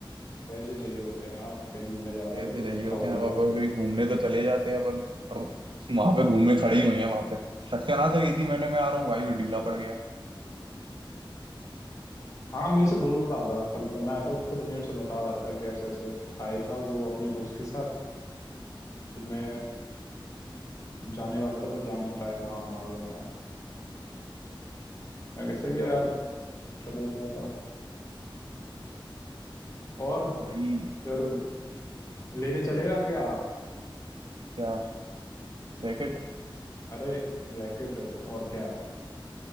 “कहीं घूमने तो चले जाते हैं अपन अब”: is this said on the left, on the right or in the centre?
Right